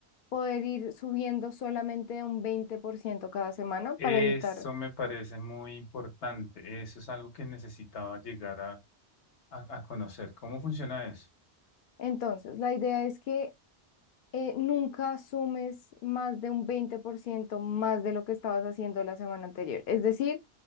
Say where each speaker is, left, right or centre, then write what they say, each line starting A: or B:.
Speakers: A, on the left; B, on the left.
A: poder ir subiendo solamente un 20% cada semana
B: Eso
A: para evitar.
B: me parece muy importante. Eso es algo que necesitaba llegar a, a, a conocer. ¿Cómo funciona eso?
A: Entonces, la idea es que eh, nunca sumes más de un 20% más de lo que estabas haciendo la semana anterior. Es decir,